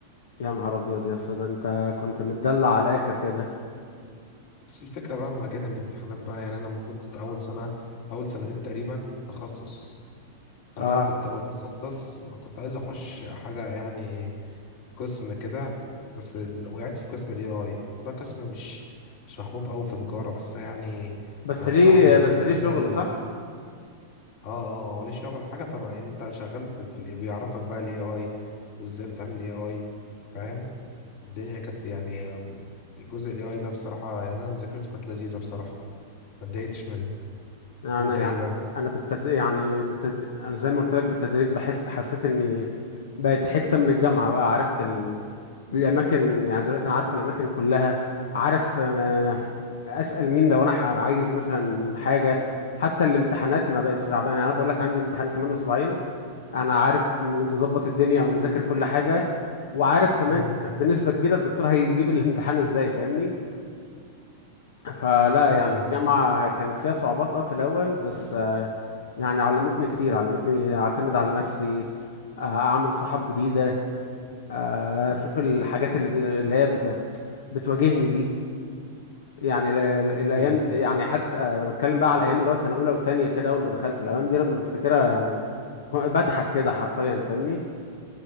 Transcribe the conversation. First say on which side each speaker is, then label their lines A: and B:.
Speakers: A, on the left; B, on the left.
A: يا نهار أبيض يا اسطى ده أنت كنت متدلع على الآخر كده
B: بس الفكرة بقى لما جت الامتحانات بقى يعني أنا المفروض كنت أول سنة أول سنتين تقريبا تخصص فأنا
A: آه
B: كنت بتخصص وكنت عايز أخش حاجة يعني قسم كده بس ال- وقعت في قسم ال AI وده قسم مش مش محبوب أوي في تجارة بس يعني
A: بس
B: أنا
A: ليه
B: بصراحة مذاكرته
A: بس ليه
B: كانت
A: شغل
B: لذيذة
A: صح؟
B: اه اه وليه شغل حاجة طبعا أنت شغال ب- في ال بيعرفك بقى ال AI وإزاي بتعمل AI فاهم الدنيا كانت يعني جزء ال AI ده بصراحة يعني أنا مذاكرته كانت لذيذة بصراحة ما اتضايقتش منه
A: انا
B: انت
A: يعني
B: ايه بقى
A: انا بالتد... يعني بالتد... انا زي ما قلت لك بالتدريج بحس حسيت اني بقت حته من الجامعه بقى عرفت ال... الاماكن يعني دلوقتي انا عارف الاماكن كلها عارف آه، اسال مين لو انا ح- عايز مثلا حاجه حتى الامتحانات ما بقتش رعب يعني انا بقول لك عندي امتحان كمان اسبوعين انا عارف م- مظبط الدنيا ومذاكر كل حاجه وعارف كمان
B: مم.
A: بنسبه كبيره الدكتور هيجيب الامتحان ازاي فاهمني فلا يعني
B: ايوه
A: الجامعة كانت فيها صعوبات اه في الأول بس آه، يعني علمتني كتير علمتني أعتمد على نفسي آه، أعمل صحاب جديدة آه، أشوف الحاجات اللي ب- اللي هي بت... بتواجهني دي يعني ال- ال- الأيام
B: ايوه
A: دي يعني حتى أنا بتكلم بقى على الأيام اللي هو سنة أولى وتانية كده أول ما دخلت الأيام دي لما بفتكرها يعني ك- بضحك كده حرفيا فاهمني